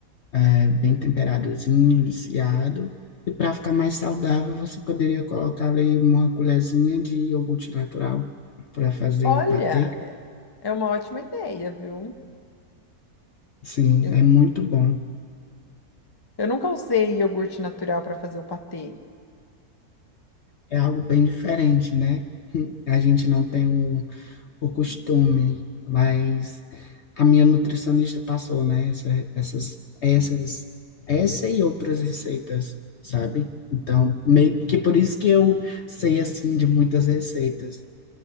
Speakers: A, on the left; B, on the left.
A: eh, bem temperadozinho, desfiado. E para ficar mais saudável, você poderia colocar ali uma colherzinha de iogurte natural para fazer
B: Olha,
A: o patê.
B: é é uma ótima ideia, viu?
A: Sim,
B: Eu,
A: é muito bom.
B: eu nunca usei iogurte natural para fazer o patê.
A: É algo bem diferente, né? <laughs> A gente não tem o o costume, mas a minha nutricionista passou, né, essa, essas, essas, essa e outras receitas, sabe? Então, meio que por isso que eu sei, assim, de muitas receitas.